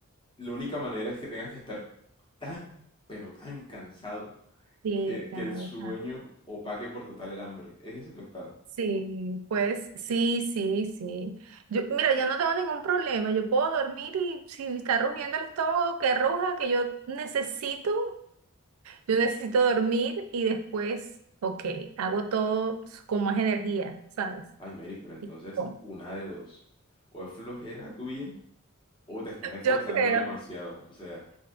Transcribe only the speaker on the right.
Sí,
tal,
Sí, pues sí, sí, sí. Yo, mira, yo no tengo ningún problema. Yo puedo dormir y si está rugiendo el estómago, que ruja, que yo necesito, yo necesito dormir y después, ok, hago todo con más energía, ¿sabes?
Com-
Yo creo.